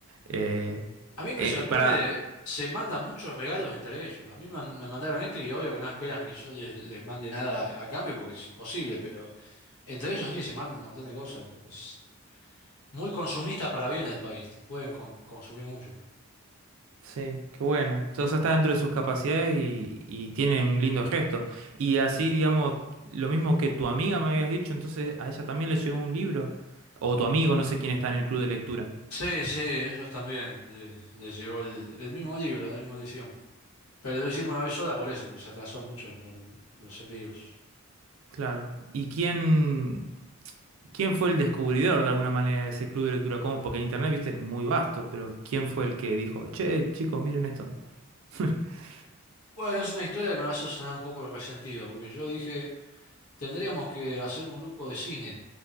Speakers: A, on the right; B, on the left.
A: Eh,
B: A mí
A: eh,
B: me sorprende,
A: para,
B: se mandan muchos regalos entre ellos. A mí man- me mandaron esto y obvio que no esperan que yo les, les mande nada a cambio porque es imposible, pero entre ellos sí se mandan un montón de cosas. Es muy consumista para bien el país, te pueden con- consumir mucho.
A: sí, qué bueno. O sea, está dentro de sus capacidades y, y tiene un lindo gesto. Y así,
B: Mira.
A: digamos, lo mismo que tu amiga me habías dicho, entonces a ella también le llegó un libro. O tu amigo, no sé quién está en el club de lectura.
B: Sí, sí, ellos también eh, les llegó el, el mismo libro, la misma edición. Pero lo hicimos una vez sola por eso, porque se atrasó mucho por el- los envíos.
A: Claro. ¿Y quién, quién fue el descubridor de alguna manera de ese club de lectura? ¿Cómo? Porque Internet, viste, es muy vasto, pero ¿quién fue el que dijo, che, chicos, miren esto? <laughs>
B: Bueno, es una historia que me va a hacer sonar un poco resentido, porque yo dije, tendríamos que hacer un grupo de cine.